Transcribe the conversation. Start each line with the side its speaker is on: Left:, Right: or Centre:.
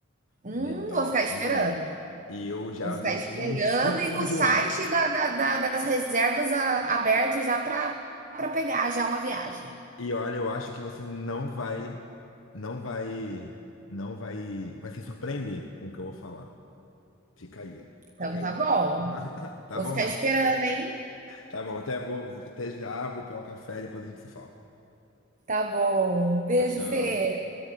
Right: Hum,
Left: O melhor,
Right: vou ficar esperando.
Left: o melhor. E eu já
Right: Vou ficar
Left: visitei
Right: esperando
Left: uns cinco
Right: e
Left: São
Right: com o
Left: João.
Right: site da, da- da- das reservas a- aberto já para para pegar já uma viagem.
Left: E olha, eu acho que você não vai, não vai, não vai, vai se surpreender com o que eu vou falar. Fica aí,
Right: Então
Left: fica aí
Right: tá
Left: mal.
Right: bom.
Left: <laughs> Tá
Right: Vou
Left: bom,
Right: ficar
Left: né?
Right: esperando, hein?
Left: Tá bom, até vou, até já, vou pegar um café e depois a gente se fala.
Right: Tá bom. Beijo,
Left: Tchau, tchau.
Right: Fê.